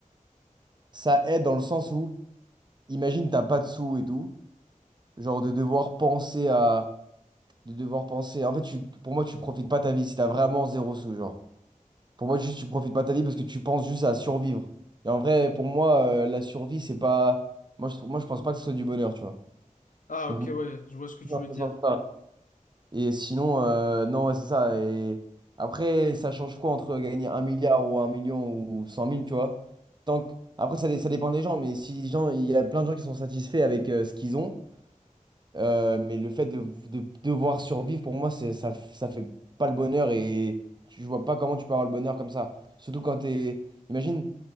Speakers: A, on the right; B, on the left.
A: ça aide dans le sens où, imagine, t'as pas de sous et tout, genre de devoir penser à, de devoir penser. En fait, tu, pour moi, tu profites pas ta vie si t'as vraiment zéro sous, genre. Pour moi, juste, tu profites pas ta vie parce que tu penses juste à survivre. Et en vrai, pour moi, euh, la survie, c'est pas, moi, je trouve, moi, je pense pas que ce soit du bonheur, tu vois.
B: Ah,
A: Donc
B: ok, ouais, je vois ce que tu
A: dans
B: veux
A: ce
B: dire.
A: sens-là. Et sinon, euh, non, ouais, c'est ça. Et après, ça change quoi entre gagner un milliard ou un million ou cent mille, tu vois? Tant que- Après, ça, dé- ça dépend des gens, mais si les gens, il y a plein de gens qui sont satisfaits avec euh, ce qu'ils ont, euh, mais le fait de, de devoir survivre, pour moi, c'est, ça, ça fait pas le bonheur et tu- je vois pas comment tu peux avoir le bonheur comme ça. Surtout quand t'es. Imagine,